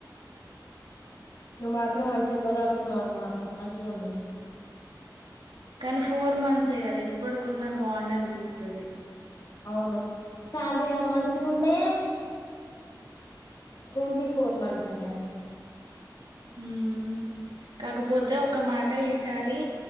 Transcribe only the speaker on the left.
నువ్వు మాత్రం మంచిగా తోలాడుకున్నావు మాత్రం మంచిగుంది
అవును శాలరీ ఏమో మంచిగుంటే <unintelligible>